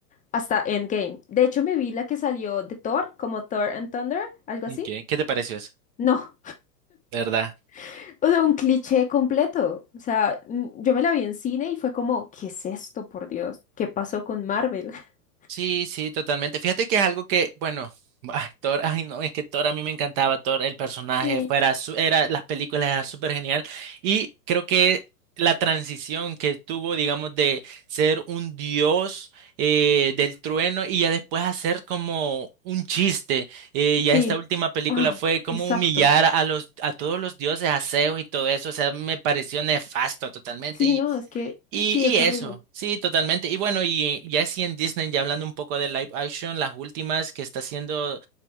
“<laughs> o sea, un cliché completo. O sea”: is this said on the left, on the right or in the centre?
Left